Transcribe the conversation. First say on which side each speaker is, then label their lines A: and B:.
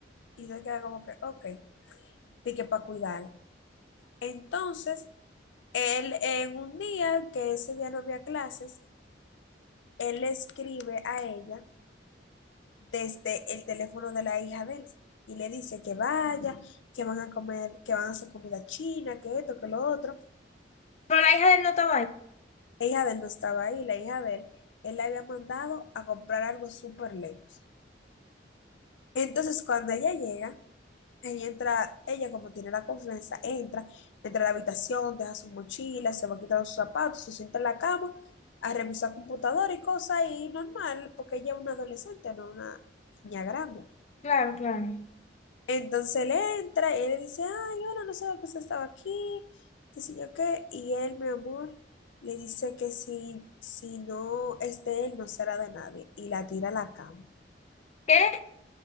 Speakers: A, on the left; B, on the left.
A: y se queda como que, ok. de que para cuidarla. Entonces, él en un día que ese día no había clases, él le escribe a ella desde el teléfono de la hija de él y le dice que vaya, que van a comer, que van a hacer comida china, que esto, que lo otro.
B: Pero la hija de él no estaba ahí.
A: La hija de él no estaba ahí, la hija de él, él la había mandado a comprar algo súper lejos. Entonces, cuando ella llega, Ella entra, ella como tiene la confianza, entra, entra a la habitación, deja su mochila, se va quitando sus zapatos, se sienta en la cama a revisar computadora y cosas y normal, porque ella es una adolescente, no una niña grande.
B: Claro, claro.
A: Entonces él entra y él le dice, ay, hola, no sabía que usted estaba aquí, qué sé yo qué, y él, mi amor, le dice que si, si no es de él, no será de nadie, y la tira a la cama.
B: ¿Qué?